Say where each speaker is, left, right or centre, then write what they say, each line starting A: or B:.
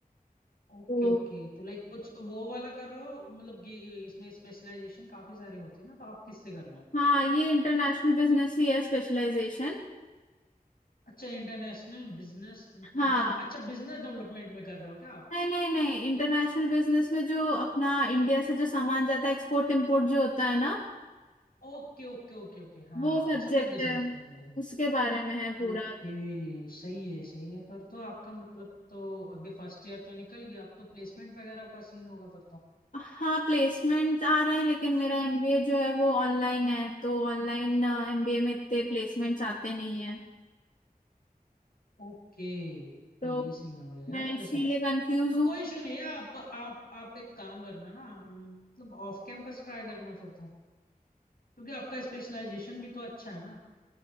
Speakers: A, on the left; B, on the left.
A: ओके
B: तो
A: ओके तो लाइक कुछ वो वाला कर रहे हो मतलब कि इसमें स्पेशलाइजेशन काफी सारे होते हैं ना तो आप किससे कर रहे हो
B: हाँ ये इंटरनेशनल बिजनेस ही है स्पेशलाइजेशन
A: अच्छा इंटरनेशनल बिजनेस अच्छा
B: हाँ
A: बिजनेस डेवलपमेंट में कर रहे हो क्या आप
B: नहीं नहीं नहीं इंटरनेशनल बिजनेस में जो अपना इंडिया से जो सामान जाता है एक्सपोर्ट इम्पोर्ट जो होता है ना
A: ओके ओके ओके ओके हाँ
B: वो
A: हाँ
B: सब्जेक्ट
A: हाँ, समझ गया समझ
B: है
A: गया समझ गया समझ
B: उसके
A: गया
B: बारे में है पूरा
A: ओके सही है सही है फिर तो आपका मतलब तो अभी फर्स्ट ईयर तो निकल गया अब तो प्लेसमेंट वगैरह का सीन होगा फिर तो
B: हाँ प्लेसमेंट आ रहे हैं लेकिन मेरा एमबीए जो है वो ऑनलाइन है तो ऑनलाइन एमबीए में इतने प्लेसमेंट्स आते नहीं है
A: ओके तो
B: तो
A: ये सीन हो गया है
B: मैं
A: आपके
B: इसीलिए
A: साथ
B: कंफ्यूज
A: तो
B: हूँ
A: कोई इशू नहीं है आप आप आप एक काम करना ना हम- मतलब ऑफ कैंपस ट्राई करना फिर तो क्योंकि आपका स्पेशलाइजेशन भी तो अच्छा है ना